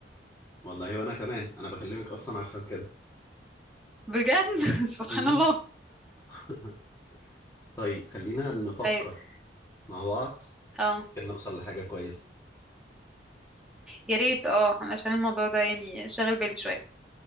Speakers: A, on the left; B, in the centre.
A: والله وانا كمان انا بكلمك اصلا عشان كده
B: بجد <laughs> سبحان
A: مم.
B: الله
A: <laughs> طيب خلينا نفكر
B: طيب
A: مع بعض
B: اه
A: ممكن نوصل لحاجه كويسه
B: يا ريت اه علشان الموضوع ده يعني شاغل بالي شويه